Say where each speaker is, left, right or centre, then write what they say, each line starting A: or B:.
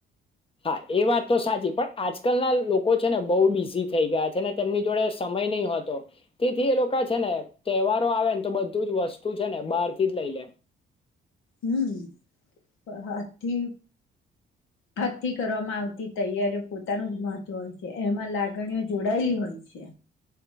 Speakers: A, on the left; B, on the left.
A: હા એ વાત તો સાચી પણ આજકાલના લોકો છે ને બહુ બિઝી થઈ ગયા છે ને તેમની જોડે સમય નહી હોતો તેથી એ લોકો છે ને તહેવારો આવે ને તો બધું જ વસ્તુ છે ને બહાર થી જ લઈ લે.
B: હમથી હથી કરવામાં આવતી તૈયારીઓ પોતાનું જ મહત્વ હોય છે એમાં લાગણીઓ જોડાયેલી હોય છે.